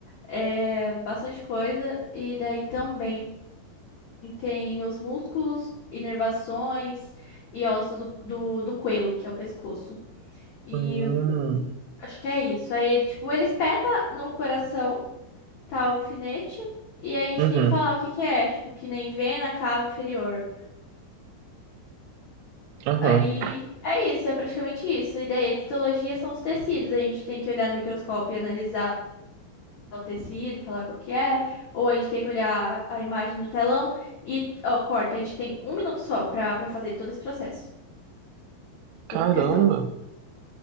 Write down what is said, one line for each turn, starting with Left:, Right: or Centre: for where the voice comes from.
Left: é, bastante coisa. E daí também tem os músculos, inervações e ossos do, do, do coelho, que é o pescoço. E
Right: Hum.
Left: acho que é isso. Aí ele, tipo, ele espeta no coração, tá, o alfinete, e a gente
Right: Uhum.
Left: tem que falar o que que é, tipo, que nem vena, cava inferior.
Right: Aham.
Left: Aí é isso, é praticamente isso. E daí a histologia são os tecidos, a gente tem que olhar no microscópio e analisar o tecido, falar qual que é, ou a gente tem que olhar a imagem no telão e, ó, corta, a gente tem um minuto só pra, pra fazer todo esse processo, por
Right: Caramba,
Left: questão.